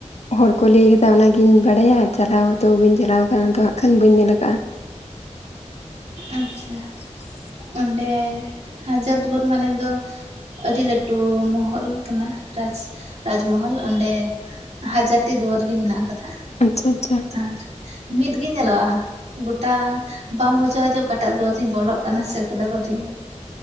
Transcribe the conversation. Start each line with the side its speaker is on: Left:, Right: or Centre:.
Left: ᱦᱚᱲ ᱠᱩᱞᱤ ᱠᱟᱛᱮ ᱚᱱᱟᱜᱤᱧ ᱵᱟᱰᱟᱭᱟ ᱪᱟᱞᱟᱣ ᱫᱚ ᱵᱟᱹᱧ ᱪᱟᱞᱟᱣ ᱟᱠᱟᱱᱟ ᱛᱚ ᱦᱟᱸᱜ ᱠᱷᱟᱱ ᱵᱟᱹᱧ ᱧᱮᱞ ᱠᱟᱜᱼᱟ
Right: ᱟᱪᱪᱷᱟ
Left: <inaudible>
Right: ᱚᱸᱰᱮ ᱦᱟᱡᱟᱨ ᱫᱩᱣᱟᱹᱨ ᱢᱟᱱᱮ ᱫᱚ ᱟᱹᱰᱤ ᱞᱟᱹᱴᱩ ᱢᱚᱦᱚᱞ ᱠᱟᱱᱟ ᱨᱟᱡᱽ ᱨᱟᱡᱽ ᱢᱚᱦᱚᱞ ᱚᱸᱰᱮ ᱦᱟᱡᱟᱨ ᱴᱤ ᱫᱩᱣᱟᱹᱨ ᱜᱮ ᱢᱮᱱᱟᱜ ᱠᱟᱫᱟ
Left: ᱟᱪᱪᱷᱟ ᱟᱪᱪᱷᱟ
Right: ᱟᱨ ᱢᱤᱫ ᱜᱮ ᱧᱮᱞᱚᱜᱼᱟ ᱜᱚᱴᱟ ᱵᱟᱢ ᱵᱩᱡᱷᱟᱹᱣᱟ ᱡᱮ ᱚᱠ ᱚᱠᱟᱴᱟᱜ ᱫᱩᱣᱟᱹᱨ ᱛᱮᱧ ᱵᱚᱞᱚᱜ ᱠᱟᱱᱟ ᱥᱮ ᱚᱠᱟᱴᱟᱜ ᱫᱩᱣᱟᱹᱨ ᱛᱮᱧ ᱩᱰᱩᱠ